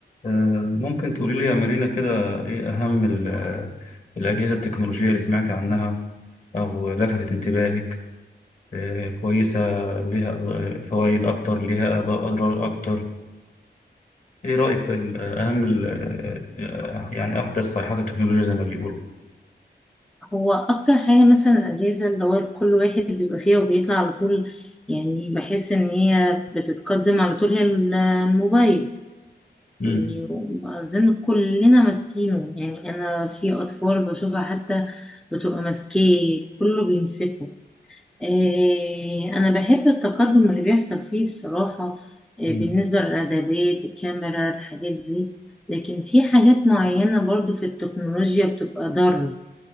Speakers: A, on the left; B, in the centre.
A: آه، ممكن تقولي لي يا مارينا كده إيه أهم ال- آه، الأجهزة التكنولوجية اللي سمعتي عنها أو لفتت انتباهك آه، كويسة ليها فوائد أكتر ليها أض- أضرار أكتر إيه رأيك في ال- آه، أهم ال- آه، آه، يعني أحدث صيحات التكنولوجيا زي ما بيقولوا
B: هو اكتر حاجه مثلا الاجازه اللي هو كل واحد بيبقى فيها وبيطلع على طول يعني بحس ان هي بتتقدم على طول هي الموبايل
A: مم.
B: يعني اظن كلنا ماسكينه يعني انا في اطفال بشوفها حتى بتبقى ماسكاه كله بيمسكه إيه انا بحب التقدم اللي بيحصل فيه بصراحه إيه
A: مم.
B: بالنسبه للاعدادات الكاميرا الحاجات دي لكن في حاجات معينه برضو في التكنولوجيا بتبقى ضاره